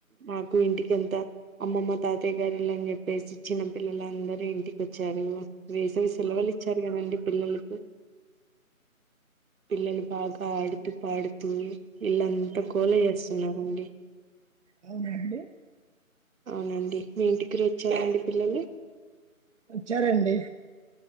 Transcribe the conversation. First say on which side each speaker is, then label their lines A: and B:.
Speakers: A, on the right (about 70°); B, on the right (about 55°).
A: మాకు ఇంటికి ఎంత అమ్మమ్మ తాతయ్య గారిల్లు అని చెప్పేసి చిన్నపిల్లలందరూ ఇంటికి వచ్చారు. వేసవి సెలవులు ఇచ్చారు కదండి పిల్లలకు. పిల్లలు బాగా ఆడుతూ, పాడుతూ ఇళ్లంతా గోళ చేస్తున్నారండి.
B: అవునా అండి.
A: అవునండి మీ ఇంటి కూడా వచ్చారండి పిల్లలు.
B: వచ్చారండి.